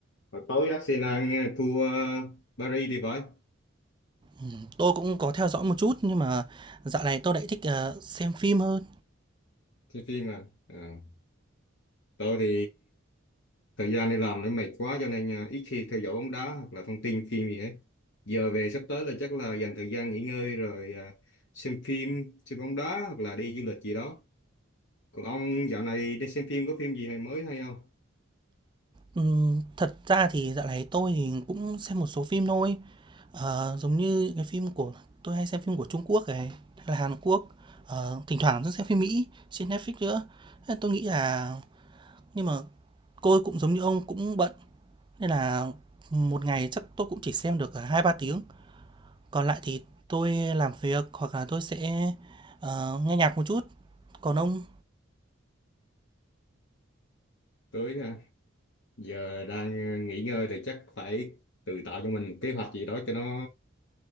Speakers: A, on the left; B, on the right.
A: hồi tối Arsenal thua ờ, Paris thì phải.
B: Ừm, tôi cũng có theo dõi một chút nhưng mà dạo này tôi lại thích, ờ, xem phim hơn.
A: xem phim à. à. Tôi thì thời gian đi làm nó mệt quá cho nên à, ít khi theo dõi bóng đá hoặc là thông tin phim gì hết giờ về sắp tới là chắc là dành thời gian nghỉ ngơi rồi à, xem phim xem bóng đá hoặc là đi du lịch gì đó còn ông dạo này đi xem phim có phim gì hay mới hay không
B: Ừm, thật ra thì dạo này tôi thì cũng xem một số phim thôi. Ờ, giống như cái phim của tôi hay xem phim của Trung Quốc này, hay là Hàn Quốc, ờ, thỉnh thoảng tôi xem phim Mỹ trên Netflix nữa. Thế tôi nghĩ là nhưng mà tôi cũng giống như ông cũng bận nên là một ngày chắc tôi cũng chỉ xem được ờ, hai ba tiếng. Còn lại thì tôi làm việc hoặc là tôi sẽ ờ, nghe nhạc một chút. Còn ông,
A: tới à, giờ đang à, nghỉ ngơi thì chắc phải tự tạo cho mình một kế hoạch gì đó cho nó